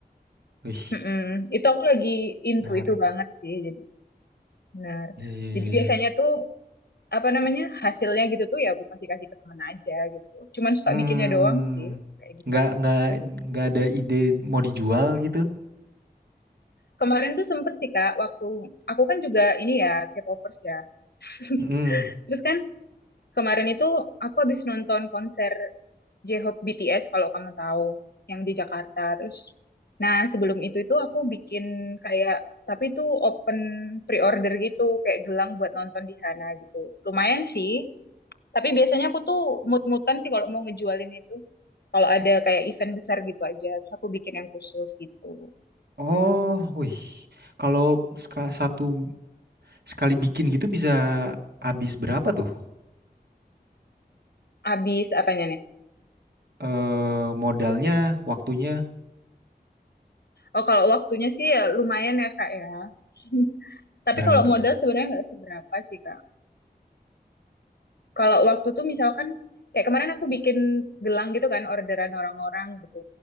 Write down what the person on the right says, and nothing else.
wih,
menarik.
Iya.
Hmm,
nggak nggak nggak ada ide mau dijual gitu?
Hmm.
Oh, wih. Kalau seka- satu sekali bikin gitu bisa habis berapa tuh?
Eh, modalnya, waktunya
berapa
tuh?